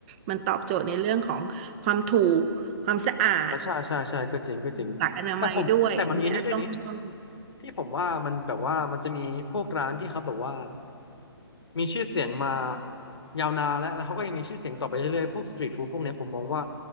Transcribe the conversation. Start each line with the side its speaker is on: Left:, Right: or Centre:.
Right: มันตอบโจทย์ในเรื่องของความถูกความสะอาด
Left: อ่ะใช่ใช่ใช่ก็จริงก็จริงแต่ผมแต่มันมีนี่ด้วยนี่
Right: หลักอนามัยด้วยอันนี้อันต้องต้อง
Left: ที่ผมว่ามันแบบว่ามันจะมีพวกร้านที่เขาแบบว่ามีชื่อเสียงมายาวนานแล้วแล้วเขาก็ยังมีชื่อเสียงต่อไปเรื่อยๆพวกสตรีทฟู้ดพวกเนี้ยผมมองว่า